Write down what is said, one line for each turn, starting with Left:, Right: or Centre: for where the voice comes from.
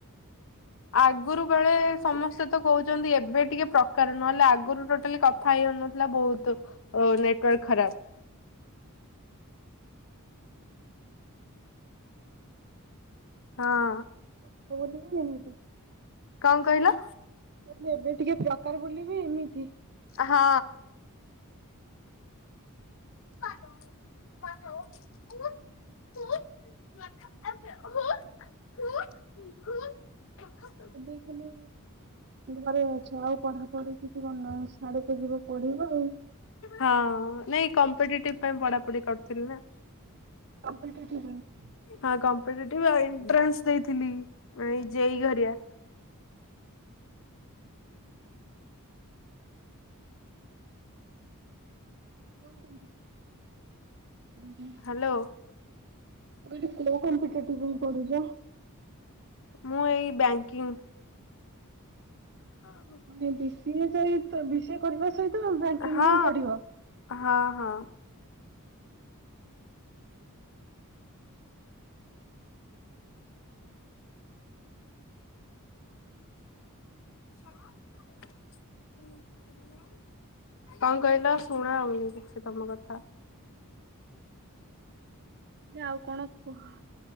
Left: ଆଗରୁ ବେଳେ ସମସ୍ତେ ତ କହୁଛନ୍ତି ଏବେ ଟିକେ ପ୍ରକାର ନହେଲେ ଆଗରୁ ଟୋଟାଲି କ କଥା ହେଇ ହୋଉନଥିଲା ବୋହୁତ ନେଟୱାର୍କ ଖରାପ ହଁ।
Right: <unintelligible>
Left: କଣ କହିଲ?
Right: ମୁଁ କହିଲି ଏବେ ଟିକେ ପ୍ରକାର ବୋଲି ବି ଏମିତି।
Left: ହଁ। <unintelligible> <inaudible>
Right: ଏବେ ଖାଲି ଘରେ ଅଛ। ଆଉ ପଢାପଢି କିଛି କରୁନ ସ୍ୟାଡେ <unintelligible> ଯିବ ପଢ଼ିବ ଆଉ।
Left: ହଁ ନାଇଁ କମ୍ପିଟେଟିଭ ପାଇଁ ପଢାପଢି କରୁଥିଲି ନା।
Right: <unintelligible>
Left: ହଁ କମ୍ପିଟେଟିଭ ଆଉ ଏଣ୍ଟ୍ରାନ୍ସ ଦେଇଥିଲି ଏଇ ଜେଇ ଘରିଆ।
Right: କୋଉ <inaudible>
Left: ହାଲୋ।
Right: ମୁଁ କହିଲି କୋଉ କମ୍ପିେଟେଟିଭ ପାଇଁ ପଢୁଚ?
Left: ମୁଁ ଏଇ ବ୍ୟାଙ୍କିଙ୍ଗ। ହଁ।
Right: ଆଜ୍ଞା ବିସିଏ ସହିତ ବିସିଏ କରିବା ସହିତ ବ୍ୟାଙ୍କିଙ୍ଗ
Left: ହଁ।
Right: ପାଇଁଁ ପଢିବ?
Left: ହଁ ହଁ। <inaudible> କଣ କହିଲ ଶୁଣା ଯାଉନି କିଛି ତମ କଥା।
Right: <unintelligible> ଆଉ କଣ କୁହ?